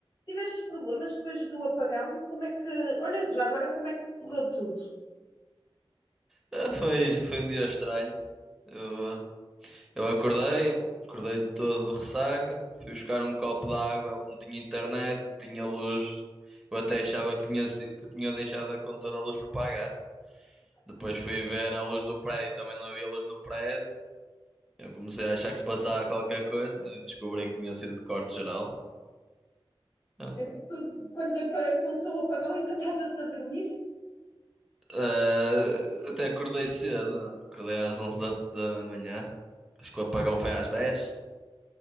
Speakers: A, on the left (about 60°); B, in the centre.
A: tiveste problemas depois do apagão? Como é que. Olha, já agora, como é que correu tudo?
B: Ah, foi, foi um dia estranho. Eu, eu acordei, acordei todo de ressaca. Fui buscar um copo de água, não tinha internet, não tinha luz. Eu até achava que tinha, si- que tinha deixado a conta da luz por pagar. Depois fui ver a luz do prédio, também não havia luz no prédio. Eu comecei a achar que se passava qualquer coisa, descobri que tinha sido de corte geral. Pronto.
A: Então, tu, quando apa- aconteceu o apagão, ainda estavas a dormir?
B: Ah, até acordei cedo, acordei às 11 da, da manhã. Acho que o apagão foi às 10.